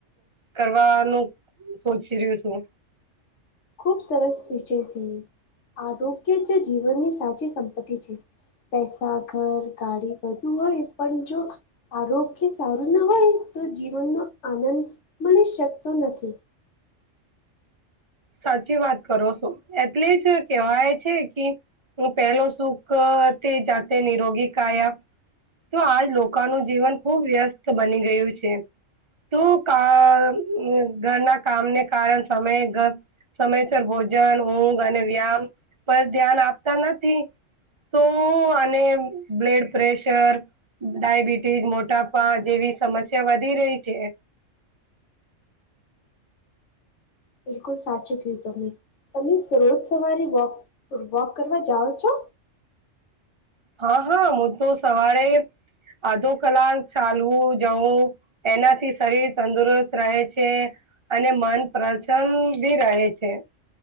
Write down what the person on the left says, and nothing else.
ખૂબ સરસ વિજય છે આરોગ્ય જે જીવનની સાચી સંપત્તિ છે પેસા ઘર ગાડી બધું હોય પણ જો આરોગ્ય સારું ના હોય તો જીવનનો આનંદ મળી શકતો નથી
બિલકુલ સાચું કયું તમે તમે રોજ સવારે વોક વોક કરવા જાઓ છો